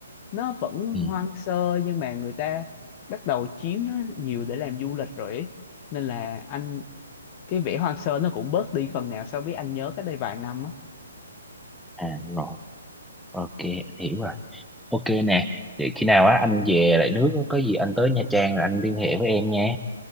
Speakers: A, on the left; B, in the centre.
A: nó vẫn
B: Ừ.
A: hoang sơ nhưng mà người ta bắt đầu chiếm nó nhiều để làm du lịch rồi ấy. Nên là anh cái vẻ hoang sơ nó cũng bớt đi phần nào so với anh nhớ cách đây vài năm á
B: À rồi, ok, anh hiểu rồi. Ok nè, vậy khi nào á anh về lại nước có gì anh tới Nha Trang là anh liên hệ với em nha.